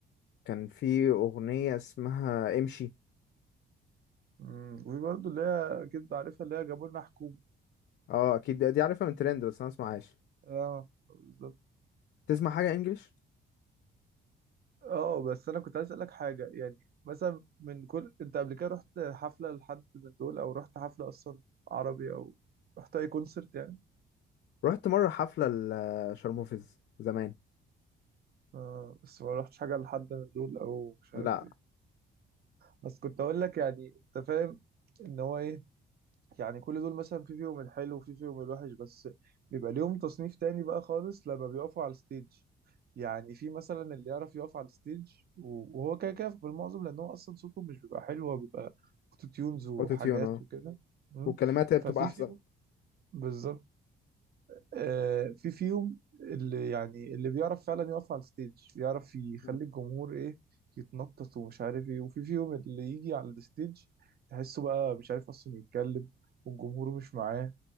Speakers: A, on the left; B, on the right.
A: كان في أغنية اسمها امشي
B: مم، وفي برضو اللي هي اكيد عارفها اللي هي جابوا لنا حكومه
A: اه أكيد دي عارفها من ترند بس أنا مسمعهاش
B: اه بالظبط
A: تسمع حاجة إنجليش؟
B: اه بس انا كنت عايز اسالك حاجه يعني مثلا من كل انت قبل كده رحت حفله لحد من دول او رحت حفله اصلا عربي او رحت اي كونسرت يعني
A: رحت مرة حفلة لشارموفيز زمان
B: آه بس ما رحتش حاجه لحد من دول او مش
A: لا
B: عارف ايه بس كنت اقول لك يعني انت فاهم ان هو ايه يعني كل دول مثلا في فيهم الحلو وفي فيهم الوحش بس بيبقى ليهم تصنيف تاني بقى خالص لما بيقفوا على الستيج يعني في مثلا اللي يعرف يقف على الستيج و- وهو كده كده بالمعظم لان هو اصلا صوته مش بيبقى حلو هو بيبقى اوتو تيونز وحاجات
A: أوتوتيون اه
B: وكده مم.
A: والكلمات هي بتبقى
B: ففي
A: أحسن
B: فيهم بالظبط آه في فيهم اللي يعني اللي بيعرف فعلا يقف على الستيج بيعرف يخلي
A: مم.
B: الجمهور ايه يتنطط ومش عارف ايه وفي فيهم اللي يجي على الستيج تحسه بقى مش عارف اصلا يتكلم والجمهور مش معاه